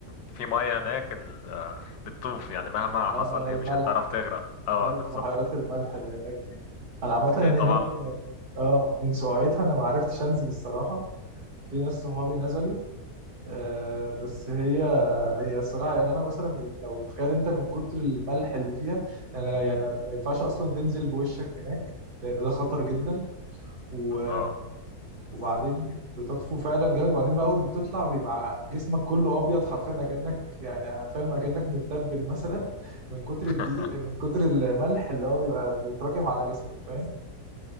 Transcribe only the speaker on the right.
اه
الملح
ايوه
بحيرات الملح اللي هناك دي انا عامه اللي
هناك اه من سقعتها انا ما عرفتش انزل الصراحه في ناس صحابي نزلوا آه بس هي هي الصراحه يعني انا مثلا لو تخيل انت من كتر الملح اللي فيها انا يعني ما ينفعش اصلا تنزل بوشك هناك لان ده خطر جدا و...
وبعدين بتطفو فعلا جامد وبعدين بقى اول ما بتطلع بيبقى جسمك كله ابيض حرفيا اكنك يعني فاهم اكنك متبل مثلا <laughs> من كتر
الدقيق من كتر الملح اللي هو بيبقى بيتراكم على جسمك فاهم